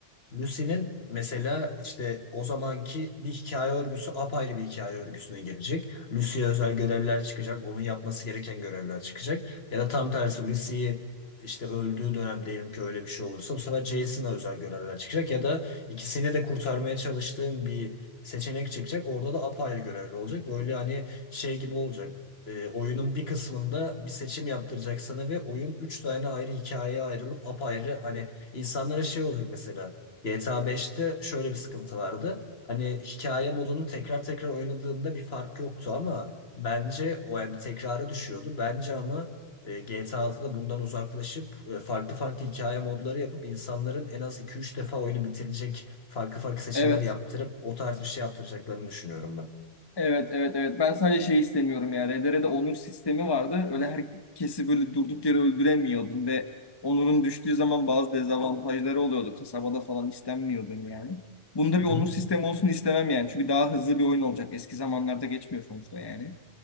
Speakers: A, on the left; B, on the left.
A: Lucy'nin mesela işte o zamanki bir hikaye örgüsü apayrı bir hikaye örgüsüne gelecek. Lucy'ye özel görevler çıkacak. Onun yapması gereken görevler çıkacak. Ya da tam tersi Lucy'yi işte öldüğü dönem diyelim ki öyle bir şey olursa bu sefer Jason'a özel görevler çıkacak. Ya da ikisini de kurtarmaya çalıştığın bir seçenek çıkacak. Orada da apayrı görevler olacak. Böyle hani şey gibi olacak. E, oyunun bir kısmında bir seçim yaptıracak sana ve oyun üç tane ayrı hikayeye ayrılıp apayrı hani insanlara şey olacak mesela GTA 5'te şöyle bir sıkıntı vardı. Hani hikaye modunu tekrar tekrar oynadığında bir fark yoktu ama bence o yani bir tekrara düşüyordu. Bence ama e, GTA 6'da bundan uzaklaşıp e, farklı farklı hikaye modları yapıp insanların en az iki üç defa oyunu bitirecek farklı farklı seçimler
B: Evet.
A: yaptırıp o tarz bir şey yaptıracaklarını düşünüyorum ben.
B: Evet evet evet. Ben sadece şey istemiyorum ya. RDR'de onur sistemi vardı. Öyle herkesi böyle durduk yere öldüremiyordun ve onurun düştüğü zaman bazı dezavantajları oluyordu. Kasabada falan istenmiyordun yani. Bunda
A: Hı
B: bir
A: hı.
B: onur sistemi olsun istemem yani. Çünkü daha hızlı bir oyun olacak. Eski zamanlarda geçmiyor sonuçta yani.